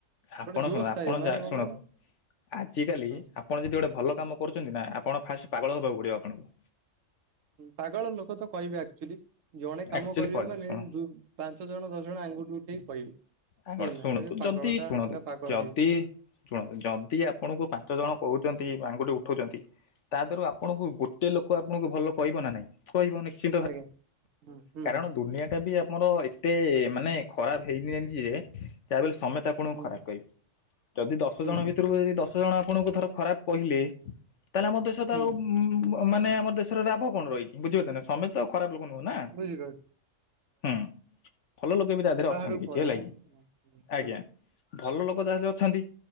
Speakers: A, on the left; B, on the right.
A: ଆପଣ
B: ଗୋଟେ ଜୋସ୍
A: ଶୁଣନ୍ତୁ ଆପଣ
B: ଥାଏ ମାନେ
A: ଯା
B: କଣ
A: ଶୁଣନ୍ତୁ
B: କହିଲେ
A: ଆଜ କାଲି
B: ହୁଁ।
A: ଆଁ ଆପଣ ଯଦି ଗୋଟେ ଭଲ କାମ କରୁଛନ୍ତି ନାଁ ଆପଣ ଫାଷ୍ଟ ପାଗଳ ହବାକୁ ପଡିବ ଆପଣଙ୍କୁ।
B: ପାଗଳ ଲୋକ ତ କହିବେ ଆକ୍ଚୁଆଲି ଜଣେ କାମ
A: ଆକ୍ଚୁଆଲି
B: କରିବେ
A: କଣ
B: ମାନେ
A: ଶୁଣ
B: ଦୁ ପାଞ୍ଚ ଜଣ ଦଶ ଜଣ ଆଙ୍ଗୁଠି ଉଠେଇକି କହିବେ।
A: ଆପଣ
B: ବୁଝିଲେ ନା
A: ଶୁଣନ୍ତୁ
B: କହିବେ ପାଗଳ
A: ଯଦି
B: ଟା
A: ଶୁଣନ୍ତୁ
B: ଏଟା ପାଗଳ
A: ଯଦି
B: ହେଇ
A: ଶୁଣନ୍ତୁ ଯଦି ଆପଣଙ୍କୁ ପାଞ୍ଚ ଜଣ କହୁଛନ୍ତି ଆଙ୍ଗୁଠି ଉଠଉଛନ୍ତି ତା ଦେହରୁ ଆପଣଙ୍କୁ ଗୋ ଟିଏ ଲୋକ ଆପଣଙ୍କୁ ଭଲ କହିବ ନାଁ ନାଇଁ କହିବ ନିଶ୍ଚିତ।
B: ଆଜ୍ଞା। ହୁଁ ହୁଁ
A: କାରଣ ଦୁନିଆ ଟା ବି ଆମର ଏତେ ମାନେ ଖରାପ ହେଇନି ଯେ ଯାହା ହେଲେ ସମେତେ ଆ ଆପଣଙ୍କୁ
B: ହୁଁ
A: ଖରାପ କହିବେ ଯଦି ଦଶ
B: ହୁଁ
A: ଜଣ
B: ହୁଁ
A: ଭିତରକୁ ଯଦି ଦଶ ଜଣ ଆପଣଙ୍କୁ ଧର ଖରାପ କହିଲେ ତାହେଲେ ଆମ ଦେଶ ତ
B: ହୁଁ
A: ଆଉ ଉ ମାନେ ଆମ ଦେଶର ରାଭ କଣ ରହିକି ବୁଝିିବ ନା ସମେତ ଖରାପ ଲୋକ ନୁହେଁ ନା।
B: ବୁଝିଲେ।
A: ହୁଁ ଭଲ ଲୋକେ ବି ତା ଦେହରେ
B: ବାହାରକୁ
A: ଅଛନ୍ତି କିଛି
B: ପଳେଇବେ
A: ହେଲା କି
B: ହୁଁ
A: ଆଜ୍ଞା। ଭଲ ଲୋକ ତା ସହିତ ଅଛନ୍ତି।